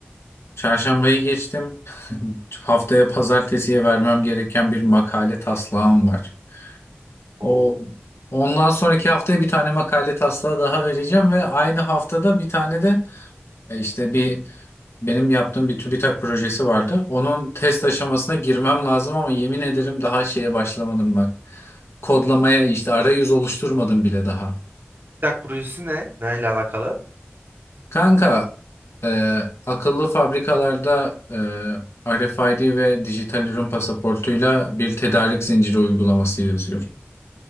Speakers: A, on the left; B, on the right.
A: Çarşambayı geçtim. <laughs> Haftaya pazartesiye vermem gereken bir makale taslağım var.
B: Oo.
A: O ondan sonraki haftaya bir tane makale taslağı daha vereceğim ve aynı haftada bir tane de E İşte bir benim yaptığım bir TÜBİTAK projesi vardı. Onun test aşamasına girmem lazım ama yemin ederim daha şeye başlamadım bak. Kodlamaya işte arayüz oluşturmadım bile daha.
B: TikTok projesi ne? Neyle alakalı?
A: Kanka e, akıllı fabrikalarda e, RFID ve dijital ürün pasaportuyla bir tedarik zinciri uygulaması yazıyorum.